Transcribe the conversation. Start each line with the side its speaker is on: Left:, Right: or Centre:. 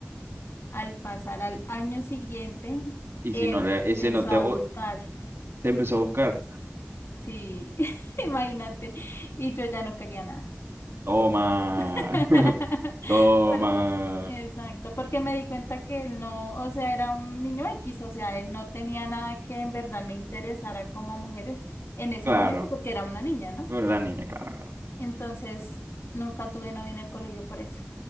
Left: Al pasar al año siguiente,
Right: Y
Left: él
Right: si no le,
Left: me
Right: y si
Left: empezó
Right: no te,
Left: a
Right: bu-
Left: buscar.
Right: te empezó a buscar,
Left: Sí, <laughs> imagínate. Y yo ya no quería nada.
Right: toma,
Left: <laughs>
Right: <laughs>
Left: Por-
Right: toma,
Left: exacto, porque me di cuenta que él no, o sea, era un niño X, o sea, él no tenía nada que en verdad me interesara como mujer en ese
Right: claro,
Left: momento porque era una niña, ¿no?
Right: pero la niña, claro, claro.
Left: Entonces, nunca tuve novio en el colegio por eso.